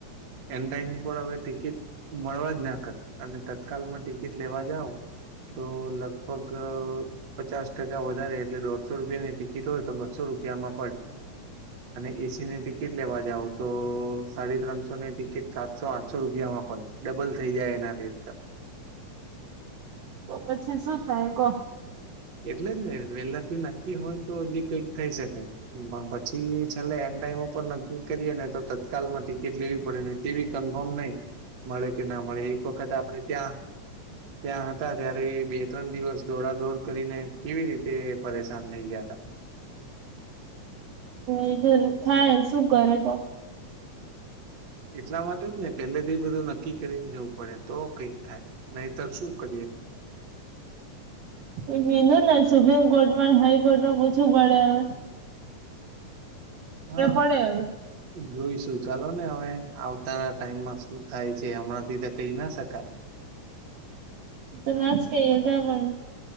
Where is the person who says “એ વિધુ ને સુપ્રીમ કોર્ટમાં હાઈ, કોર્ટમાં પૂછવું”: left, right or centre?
Right